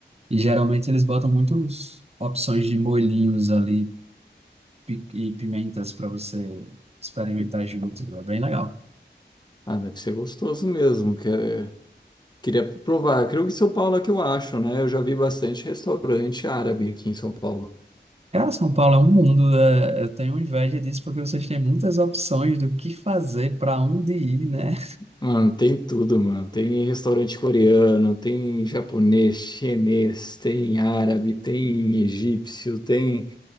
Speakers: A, on the right; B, on the left.
A: e geralmente eles botam muitas opções de molhinhos ali. pi- e pimentas para você experimentar junto. É bem legal.
B: Ah, deve ser gostoso mesmo, que é- Queria provar. Creio que em São Paulo é que eu acho, né? Eu já vi bastante restaurante árabe aqui em São Paulo.
A: Cara, São Paulo é um mundo. é, eu tenho inveja disso porque vocês têm muitas opções do que fazer, para onde ir, né?
B: Mano, tem tudo, mano. Tem restaurante coreano, tem japonês, chinês, tem árabe, tem egípcio, tem